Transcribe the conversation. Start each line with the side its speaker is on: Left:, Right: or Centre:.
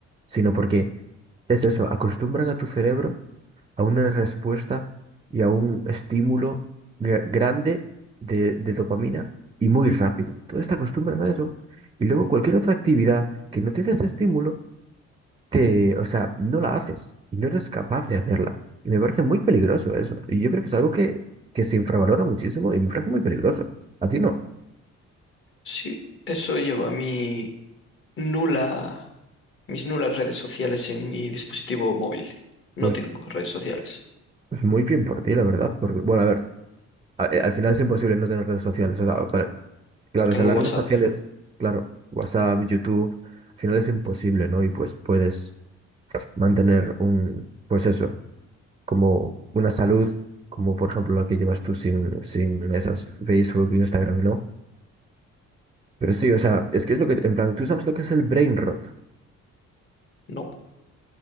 Right: sino porque es eso, acostumbran a tu cerebro a una respuesta y a un estímulo gra- grande de, de dopamina y muy rápido. Tú te acostumbras a eso. Y luego cualquier otra actividad que no te dé ese estímulo te, o sea, no la haces y no eres capaz de hacerla. Y me parece muy peligroso eso. Y yo creo que es algo que, que se infravalora muchísimo y me parece muy peligroso. ¿A ti no?
Left: Sí, eso lleva mi nula, mis nulas redes sociales en mi dispositivo móvil. No
Right: Pues,
Left: tengo redes sociales.
Right: pues muy bien por ti, la verdad. Porque, bueno, a ver, a- eh, al final es imposible no tener redes sociales. O sea, para- claro,
Left: Tengo
Right: o sea, las
Left: WhatsApp.
Right: redes sociales, claro, WhatsApp, YouTube, al final es imposible, ¿no? Y pues puedes mantener un, pues eso, como una salud, como por ejemplo la que llevas tú sin, sin esas, Facebook, Instagram, no Pero sí, o sea, es que es lo que, en plan, tú sabes lo que es el brain rot.
Left: No.